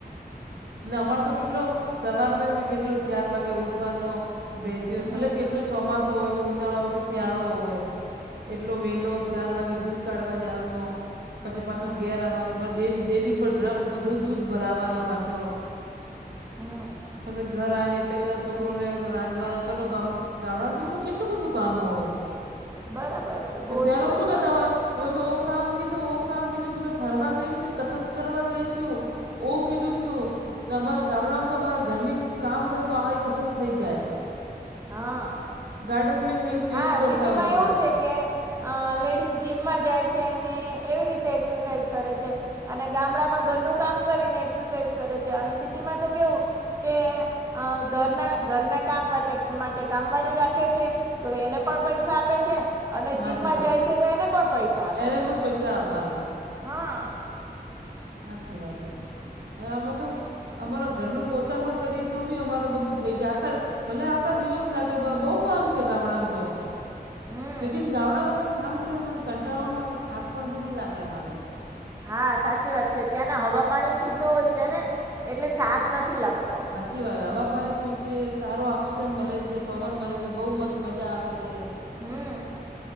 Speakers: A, on the right; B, on the right.
A: ને અમારે તો કેટલો સવાર મે બી કેટલો ચાર વાગે ઉઠવાનો બેસીયો
B: હમ
A: ભલે કેટલુ જ ચોમાસુ હોય કે ઉનાળો હોય કે શિયાળો હોય એટલો વેલો ચાર વાગે દૂધ કાઢવા જાવાનો પછી પાછો
B: હમ
A: ઘેર આવાનો ડેરી ડેરી પર ડ્રમ બધું દૂધ ભરાવાનો પાછો
B: હમ
A: પછી ઘર આઈ એટલા બધા છોકરોને રાંધવાનો ઘર નું કામ ગામડા માં તો કેટલું બધું કામ હોવે
B: બરાબર છે બહુ
A: શહેરો
B: જ બધું
A: માં શું કેતા
B: કામ
A: હોય. અમે તો ઓ કામ કીધું ઓ કામ કીધું પછી ફરવા ગઈ છે કસરત કરવા ગઈશું ઓ કીધું શું અમારા ગામડામાં તો અમારા ઘરની કામ કરે તો આય કસરત થઈ જાય.
B: હા.
A: ગાર્ડન મેં ગઈ છું
B: હા
A: એવું કરતા
B: સિટી માં
A: હો બધા
B: એવું છે કે અ લેડીઝ જીમમાં જાય છે અને એવી રીતે એક્સરસાઇઝ કરે છે. અને ગામડામાં ઘરનું કામ કરીને એક્સરસાઇઝ કરે છે અને સિટીમાં તો કેવુ કે ઘરના ઘરના કામ માટે માટે કામવાળી રાખે છે. તો એને પણ પૈસા આપે છે. અને
A: સાચી
B: જીમમાં
A: વાત
B: જાય છે તો એને પણ પૈસા આપે
A: એને
B: છે
A: પણ પૈસા આપવાના
B: હા.
A: સાચી વાત હે અ બધુ અમારા ઘરનો પોતાનો કરી તોબી અમાર બધું થઈ જાય આખા ભલે આખા દિવસ લાગે બહુ કામ છે, ગામડામ તો
B: હમ
A: લેકીન ગામડામાં અમે કામ કર્યું એને કંટાળો ના આવે થાક પણ ભી નહીં લાગે મને,
B: હા સાચીવાત છે, ત્યાંના હવા પાણી શુદ્ધ હોય છે, ને એટલે થાક નથી લાગતો.
A: સાચીવાત હવા પાાણી શુદ્ધ છે, સારો ઓક્સિજન મળે છે, પવન મળે છે, બહુ મસ્ત મજા આવે છે.
B: હું,